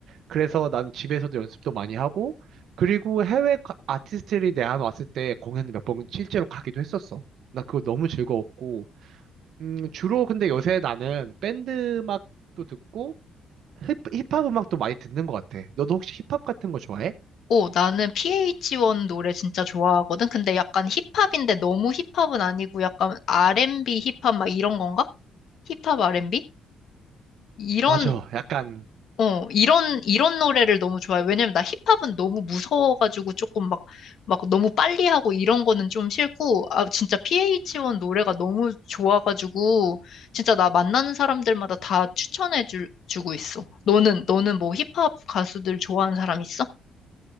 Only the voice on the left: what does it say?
오, 나는 PH1 노래 진짜 좋아하거든. 근데 약간 힙합인데 너무 힙합은 아니고 약간 R&B 힙합 막 이런 건가? 힙합 R&B? 이런,
어, 이런, 이런 노래를 너무 좋아해. 왜냐면 나 힙합은 너무 무서워가지고 조금 막, 막 너무 빨리 하고 이런 거는 좀 싫고, 아, 진짜 PH1 노래가 너무 좋아가지고, 진짜 나 만나는 사람들마다 다 추천해 주, 주고 있어. 너는, 너는 뭐 힙합 가수들 좋아하는 사람 있어?